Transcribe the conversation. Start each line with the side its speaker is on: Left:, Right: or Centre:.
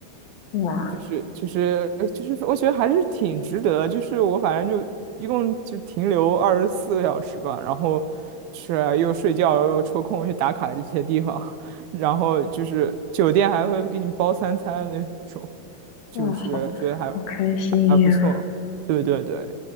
Left: 哇
Right: 就是就是呃就是，我觉得还是挺值得的就是我反正就一共就停留二十四个小时吧，然后是又睡觉又抽空去打卡这些地方，<laughs> 然后就是酒店还会给你包三餐那种，就是觉得还
Left: 哇，好好开心呀！
Right: 还不错，对对对，